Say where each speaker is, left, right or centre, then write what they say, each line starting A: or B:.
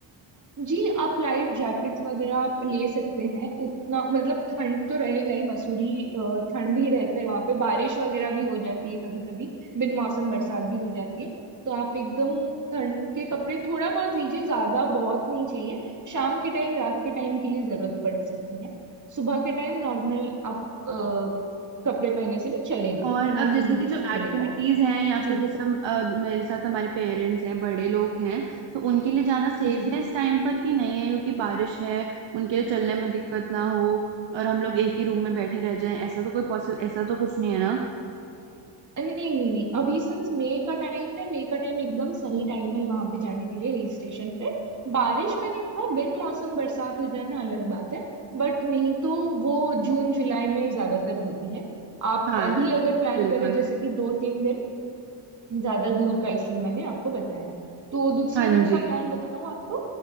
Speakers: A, on the right; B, on the right.
A: जी आप लाइट जैकेट्स वगैरह आप ले सकते हैं उतना मतलब ठंड तो रहेगा ही मसूरी अ, ठंड ही रहता है वहां पे बारिश वगैरह भी हो जाती है कभी कभी बिन मौसम बरसात भी हो जाती है तो आप एकदम ठंड के कपड़े थोड़ा बहुत लीजिए ज्यादा बहुत नहीं चाहिए शाम के टाइम रात के टाइम के लिए जरूरत पड़ सकती है सुबह के टाइम नॉर्मल आप अ, कपड़े पहने से भी चलेगा
B: और
A: उतना
B: अब
A: नहीं
B: जैसे कि जो
A: चलेगा
B: एक्टिविटीज हैं या
A: जी
B: फिर जैसे हम, अ, मेरे साथ हमारे पेरेंट्स हैं बड़े लोग हैं तो उनके लिए जाना सेफ
A: जी
B: है इस टाइम पर कि नहीं है क्योंकि बारिश है उनके लिए चलने में दिक्कत ना हो और हम लोग एक ही रूम में बैठे रह जाएं ऐसा तो कोई पॉसिबल ऐसा तो कुछ नहीं है ना
A: नहीं नहीं नहीं अभी सिंस मई का टाइम है मई का टाइम एकदम सही टाइम है वहां पे जाने के लिए हिल स्टेशन पे बारिश मैंने कहा बिन मौसम बरसात हो जाना अलग बात है बट नहीं तो वो जून जुलाई में ज्यादातर होती है आप
B: हाँ
A: अभी अगर प्लान
B: बिल्कुल
A: करें जैसे कि दो तीन दिन ज्यादा दूर का इसलिए मैंने आपको बताया तो दूसरे
B: हाँ
A: दिन का
B: जी
A: प्लान बताऊं आपको